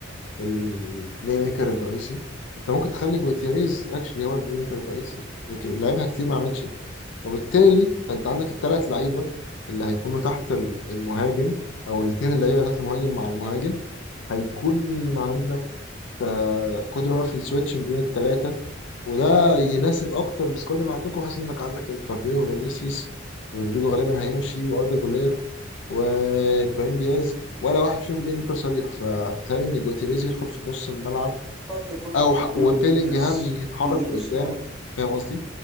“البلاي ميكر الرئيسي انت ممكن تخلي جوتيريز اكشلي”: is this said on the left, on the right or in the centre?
Left